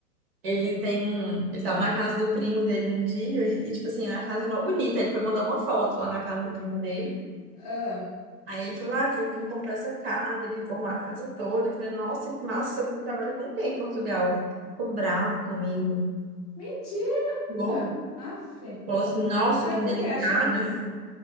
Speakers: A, on the right (about 35°); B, on the left (about 25°).
A: Ele tem um. Ele tava na casa do primo dele um dia e, e, tipo assim, a casa é mó bonita. Ele foi mandar uma foto lá na casa do primo dele.
B: ah,
A: Aí ele falou, ah, que eu vim comprar essa casa, ele reformou a casa toda. Eu falei, nossa, que seu primo trabalha com quem em Portugal? Ficou bravo comigo.
B: mentira!
A: Bom.
B: Aff.
A: Falou assim, nossa,
B: Mas
A: que indelicada.
B: por que achando que...